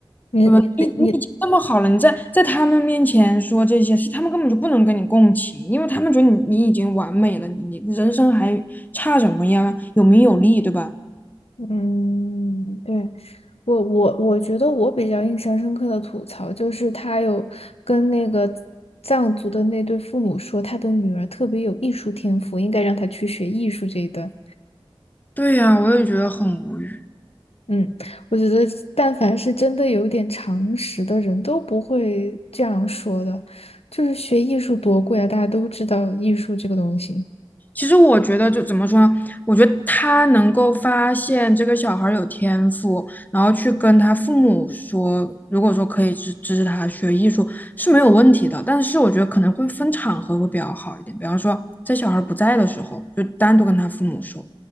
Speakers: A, on the left; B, on the left.
A: 你你对你
B: 嗯，你你已经这么好了，你在在他们面前说这些事，他们根本就不能跟你共情，因为他们觉得你你已经完美了，你你人生还差什么呀？有名有利，对吧？
A: 嗯，对我我我觉得我比较印象深刻的吐槽就是他有跟那个藏族的那对父母说他的女儿特别有艺术天赋，应该让她去学艺术这一段。
B: 对呀，我也觉得很无语。
A: 嗯，我觉得但凡是真的有点常识的人都不会这样说的。就是学艺术多贵啊，大家都知道艺术这个东西。
B: 其实我觉得就怎么说呢，我觉得他能够发现这个小孩儿有天赋，然后去跟他父母说，如果说可以支支持他学艺术是没有问题的，但是我觉得可能会分场合会比较好一点，比方说在小孩儿不在的时候，就单独跟他父母说。